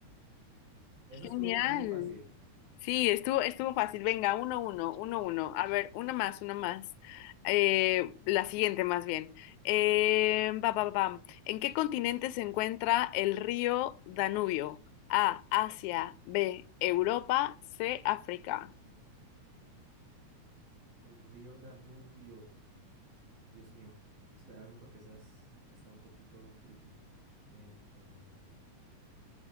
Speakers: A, on the right; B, on the left.
A: Esa
B: Genial.
A: estuvo muy fácil.
B: Sí, estuvo, estuvo fácil. Venga, uno, uno, uno, uno. A ver, una más, una más. Eh, la siguiente, más bien. Eh, pa, pa, pa, pam. ¿En qué continente se encuentra el río Danubio? A, Asia, B, Europa, C, África.
A: El río Danubio. Dios mío, espérame porque esas está un poquito tricky. Eh, eh,